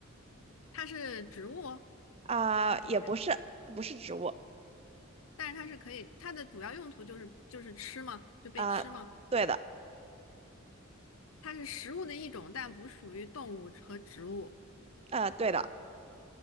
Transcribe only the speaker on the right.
啊、
也不是，不是植物，
啊、对的，
呃，对的，